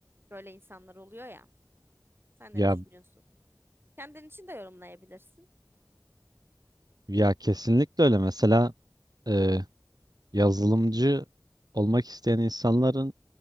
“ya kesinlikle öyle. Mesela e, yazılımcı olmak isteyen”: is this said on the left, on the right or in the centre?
Right